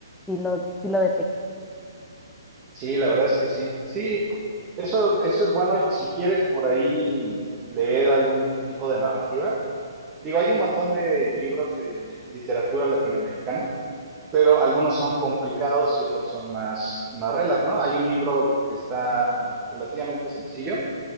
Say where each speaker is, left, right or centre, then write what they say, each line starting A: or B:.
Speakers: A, in the centre; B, on the right.
A: sí lo, sí lo detecto.
B: Sí, la verdad es que sí. Sí, pu- eso, eso es bueno si quieres por ahí leer algún tipo de narrativa. Digo, hay un montón de libros de literatura latinoamericana, pero algunos son complicados y otros son más, más relax, ¿no? Hay un libro que está relativamente sencillo.